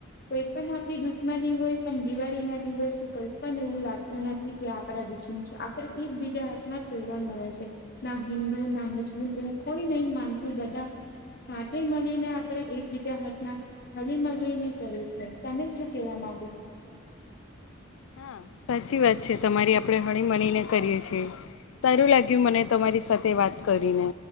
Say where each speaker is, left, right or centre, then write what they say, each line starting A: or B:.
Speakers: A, on the left (about 50°); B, on the left (about 75°).
A: કોઈ પણ આપડી દુશ્મની હોય પણ દિવાળીના દિવસે કઈ પણ એવું લાગતું નથી કે આપડા દુશ્મન છે, આપણે એક બીજા હાથમાં <unintelligible> ના હિન્દુ ના મુસ્લિમ એવું કોઈ નહી માનતું બધા સાથે મલીને આપણે એકબીજા હાથમાં હલી મળલીને કર્યું છે તમે શું કેવા? માગો?
B: હા સાચી વાત છે, તમારી આપણેે હણીમણીને કરીએ છીએ સારું લાગ્યું મને તમારી સાથે વાત કરીને